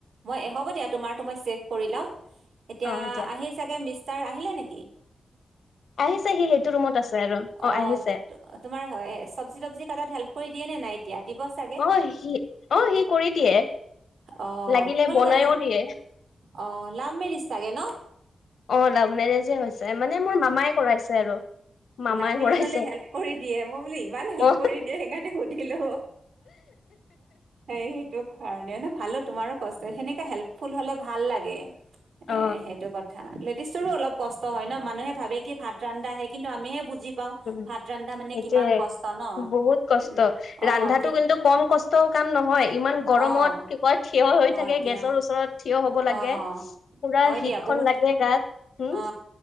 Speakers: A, on the right; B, on the left.
A: মই হ'ব দিয়া। তোমাৰ টু মই চেভ কৰি লয় এতিয়া
B: অ দিয়া
A: মিষ্টাৰ আহিল নিকি?
B: আহিছে সি সেইটো ৰুমত আছে। আৰু
A: অ'
B: আহিছে
A: তোমাৰ হয় চবজি তবজি কাটাত হেল্প কৰি দিয়ে নে নাই। এতিয়া দিব চাগে
B: অ সি অ সি কৰি দিয়ে
A: আহ
B: লাগিলে
A: তোমাল
B: বনাইও
A: কৰিলা।
B: দিয়ে
A: অ' লাম মেৰিছ তাকে ন।
B: অ' লাভ মেৰেজে হৈছে মানে মোৰ মামাই কৰাইছে আৰু। মামাই
A: লামে
B: কৰাইছে
A: জলে হেল্প কৰি দিয়ে মই বোলে ইমান হেল্প
B: অ
A: কৰি দিয়ে সেইকাৰণে সুধিলো। এই এইটো মান ন ভালো তোমাৰো কষ্ট সেনেকাে হেল্পফুল হলে ভাল লাগে
B: অ
A: এ সেইটো কথা। লেডিজৰো অল কষ্ট হয় ন মানুহে ভাবে কি ভাত ৰান্ধা আহে কিন্তু আমিহে বুজি। পাওঁ
B: উ
A: ভাত ৰন্ধা মানে
B: সেইটোয়ে
A: কিমান কষ্ট ন
B: বহুত কষ্ট
A: উম অ',
B: ৰন্ধাটো
A: কি
B: কিন্তু কম কষ্ট। টান নহয় ইমান গৰম
A: অ',
B: ত কি কয় থিয় হৈ
A: হয়
B: থাকে
A: দিয়া
B: গেছৰ ওচৰত থিয় হ'ব লাগে
A: অ',
B: পুৰা
A: হয়
B: হিট
A: দিয়া বহুত
B: খন লাগে গাত। উম
A: অ